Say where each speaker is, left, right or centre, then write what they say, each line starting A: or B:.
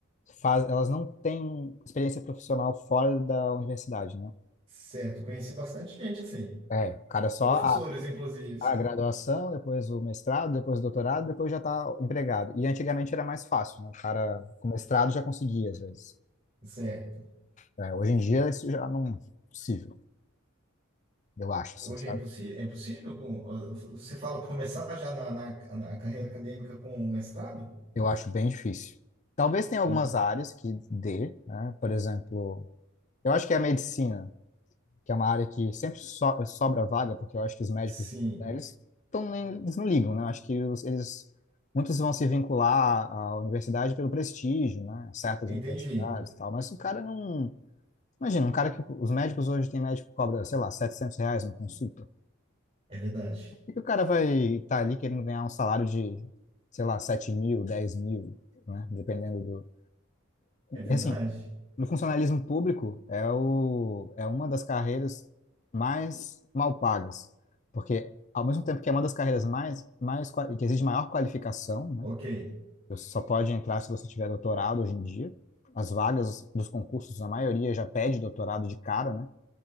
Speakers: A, on the left (about 35°); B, on the right (about 30°).
A: faz, elas não têm experiência profissional fora da universidade, né?
B: Certo, conheci bastante gente assim,
A: É, o cara só
B: professores
A: a,
B: inclusive.
A: a graduação, depois o mestrado, depois o doutorado, depois já está empregado. E antigamente era mais fácil, né? O cara com mestrado já conseguia, às vezes.
B: Certo.
A: É, hoje em dia isso já não é possível. eu acho, assim,
B: Hoje
A: sabe?
B: é impossível, é impossível com, ah, você fala começar já na, na, na carreira acadêmica com um mestrado?
A: Eu acho bem difícil. Talvez tenha algumas
B: En-
A: áreas que dê, né? Por exemplo, eu acho que a medicina, que é uma área que sempre so- sobra vaga, porque eu acho que os médicos,
B: Sim,
A: né, eles, tão, nem- eles não ligam, né? Eu acho que os- eles, muitos vão se vincular à universidade pelo prestígio, né? Certas
B: entendi.
A: universidades e tal, mas o cara não... Imagina, um cara que... Os médicos hoje, tem médico que cobra, sei lá, 700 reais uma consulta.
B: É verdade.
A: Por que o cara vai estar ali querendo ganhar um salário de, sei lá, sete mil, dez mil, né? Dependendo do.
B: É verdade.
A: E assim, no funcionalismo público é, o, é uma das carreiras mais mal pagas, porque ao mesmo tempo que é uma das carreiras mais, mais qua- que exige maior qualificação, né?
B: Ok.
A: Você só pode entrar se você tiver doutorado hoje em dia. As vagas dos concursos, a maioria já pede doutorado de cara, né?